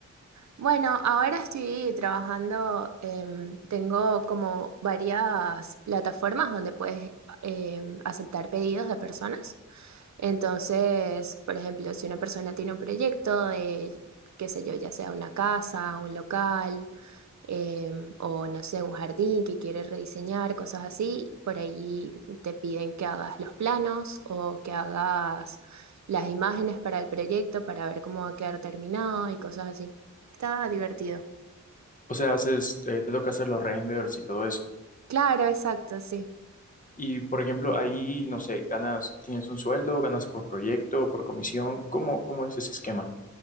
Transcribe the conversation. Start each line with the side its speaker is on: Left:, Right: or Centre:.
Right: Bueno, ahora estoy trabajando, em, tengo como varias plataformas donde puedes em, aceptar pedidos de personas. Entonces, por ejemplo, si una persona tiene un proyecto de, qué sé yo, ya sea una casa, un local, em, o no sé, un jardín que quieres rediseñar, cosas así, por ahí te piden que hagas los planos o que hagas las imágenes para el proyecto para ver cómo va a quedar terminado y cosas así. Está divertido.
Left: O sea, haces, eh, te toca hacer los renders y todo eso.
Right: Claro, exacto, sí.
Left: Y por ejemplo, ahí, no sé, ganas, tienes un sueldo, ganas por proyecto, por comisión. ¿Cómo, cómo es ese esquema?